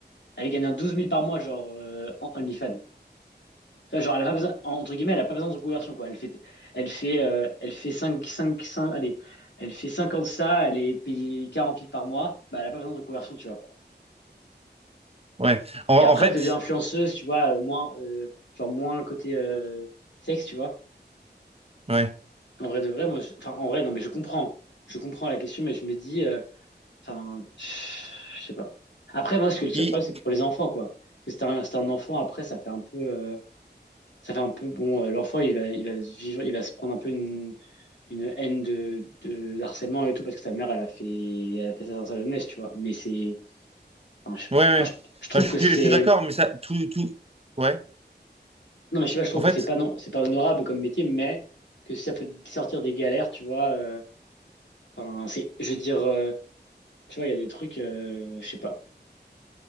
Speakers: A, on the left; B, on the right.
A: elle gagne un 12 000 par mois, genre, euh, en OnlyFans. Tu vois, genre, elle a pas besoin, entre guillemets, elle a pas besoin de reconversion, quoi. Elle fait, elle fait, euh, elle fait 5, 5, 5, allez, elle fait 50 ça, elle est payée 40 000 par mois, bah, elle a pas besoin de reconversion, tu vois.
B: Ouais. En,
A: Et
B: en
A: après,
B: fait,
A: elle devient influenceuse, tu vois, euh, moins, euh, genre, moins côté, euh, sexe, tu vois.
B: ouais.
A: En vrai de vrai, moi, je- enfin, en vrai, non, mais je comprends. Je comprends la question, mais je me dis, euh, enfin, je sais pas. Après, moi, ce que le seul
B: Il-
A: problème, c'est pour les enfants, quoi. Parce que c'est un, c'est un enfant, après, ça fait un peu, euh, ça fait un peu bon euh, l'enfant il va il va se vivre il va se prendre un peu une une haine de, de de harcèlement et tout parce que sa mère elle a fait elle a fait ça dans sa jeunesse tu vois mais c'est enfin, je sais pas
B: Ouais, ouais.
A: moi je, je trouve
B: Non, je,
A: que c'est
B: je suis d'accord,
A: non
B: mais ça, tout, tout, ouais.
A: mais je sais pas je trouve
B: En
A: que
B: fait,
A: c'est pas non c'est pas honorable comme métier mais que si ça peut te sortir des galères tu vois euh, enfin c'est je veux dire euh, tu vois il y a des trucs euh, je sais pas